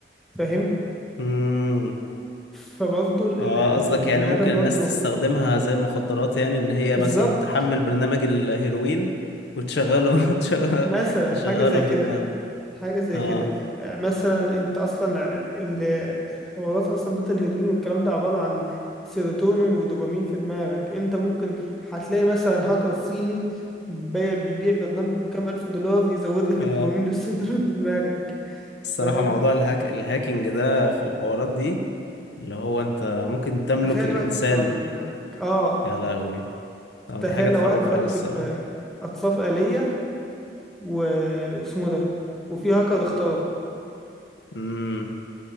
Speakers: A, in the centre; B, on the left.
A: فاهم
B: مم.
A: فبرضه ال-
B: اه
A: ال- ال-
B: قصدك
A: البني
B: يعني ممكن
A: آدم
B: الناس
A: برضه
B: تستخدمها زي المخدرات يعني ان هي
A: بالظبط
B: مثلا تحمل برنامج الهيروين وتشغله <laughs> تشغ-
A: مثلا
B: تشغله
A: حاجة زي
B: في
A: كده
B: دماغها
A: حاجة زي
B: اه
A: كده آه، مثلا انت اصلا ال- ال- الحوارات اصلا بتاعت الهيروين والكلام ده عبارة عن سيروتونين ودوبامين في دماغك انت ممكن هتلاقي مثلا هاكر صيني بي- بيبيع برنامج بكام الف دولار يزود لك
B: اه
A: الدوبامين والسيروتونين في دماغك
B: الصراحة
A: فاهم
B: موضوع الهاك الهاكينج ده في الحوارات دي اللي هو انت ممكن تملك
A: تخيل
B: الانسان
A: واحد يدخل على دماغك اه
B: يا لهوي اه
A: تخيل
B: دي حاجة تخوف
A: لو واحد مركب
B: اوي الصراحة
A: آه، اطراف آلية و... واسمه ده وفي هاكر اخترقه
B: امم